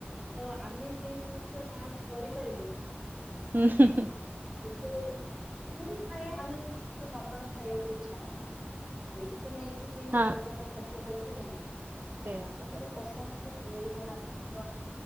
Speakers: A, on the right; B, on the right.
A: ତ ଆମେ ସେ ସବୁ ତ ସାହସ କରିପାରିବୁନୁ।
B: ଉ ହୁଁ ହୁଁ।
A: <unintelligible> ମତେ ଥାଏ <unintelligible> ଗୋଟେ ମଟନ ଖାଇବାକୁ ଇଚ୍ଛା ହେଲା ଆମେ ବି ତ ନେଇକି ସେଇ
B: ହଁ
A: ହଜାର ଟଙ୍କା ଖ ନାଇଁ
B: ସେଇଆ
A: ସମସ୍ତଙ୍କର ପସନ୍ଦ ଥାଏ ସେମିତି କଣ ଆମ